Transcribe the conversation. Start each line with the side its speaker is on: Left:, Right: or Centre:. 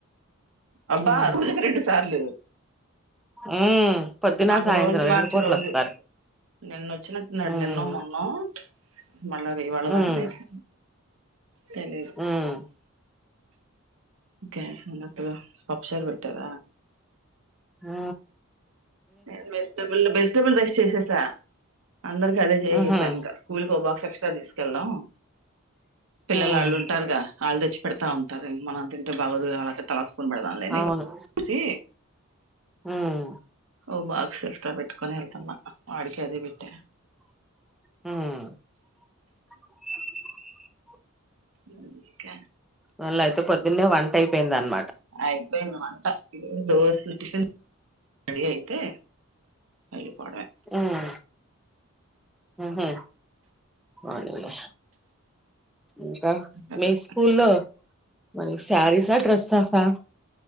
Right: అబ్బా
Centre: ఉమ్
Right: రోజుకు రెండు సార్లు
Centre: ఉమ్ పొద్దున
Right: మాకు
Centre: సాయంత్రం
Right: రోజు
Centre: రెండు
Right: మార్చి
Centre: పూట్ల
Right: రోజు
Centre: వస్తారు
Right: నిన్న వచ్చినట్టున్నాడు
Centre: ఉమ్
Right: నిన్నో మొన్నో మళ్ల రివాళ్ళ
Centre: ఉమ్
Right: రేపు తెలిదు
Centre: ఉమ్
Right: ఒకే <unintelligible> పప్పు చార్ పెట్టార
Centre: ఆ
Right: నేన్ వెజిటబుల్ వెజిటెబుల్ రైస్ చేసేసా అందరికి అదే చేసేసా
Centre: ఉహు
Right: ఇంకా స్కూల్కి ఓ బాక్స్ ఎక్స్ట్రా తీసుకెళ్దాం పిల్లలు
Centre: ఉమ్
Right: వాళ్ళు ఉంటారుగ వాళ్ళ తెచ్చి పెడతా ఉంటారు మనం తింటే బాగోదు గా <unintelligible> స్పూన్ పెడదాం లే అని
Centre: అవును
Right: చూసి
Centre: ఉమ్
Right: ఓ బాక్స్ ఎక్స్ట్రా పెట్టుకొని వెళ్తున్నా వాడికి అద్ పెట్ట
Centre: మ్
Right: ఇంక
Centre: వాల్లయితే పొద్దున్నే వంట అయిపోయింది అన్
Right: అయిపోయింది వంట రోజ్ కి టిఫిన్ రెడి అయితే వెళ్ళి పోవడమె
Centre: ఉమ్ ఉహు పోనీలె ఇంకా
Right: అదే
Centre: మీ స్కూల్లో మరి స్యాసీస డ్రస్సెస్సా